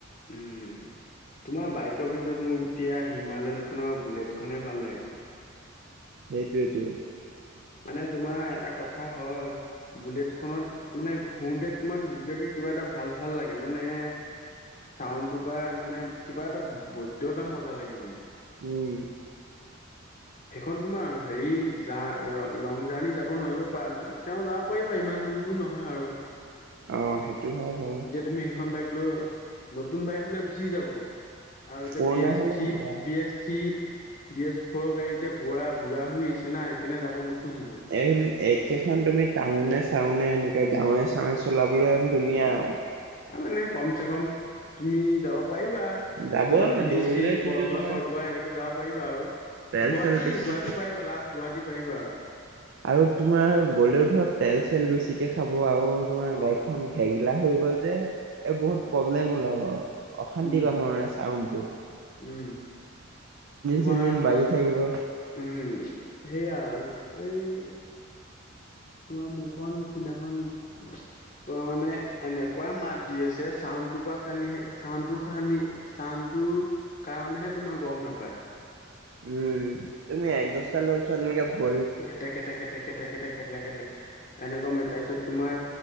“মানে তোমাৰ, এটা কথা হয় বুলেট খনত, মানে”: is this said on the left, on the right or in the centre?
Left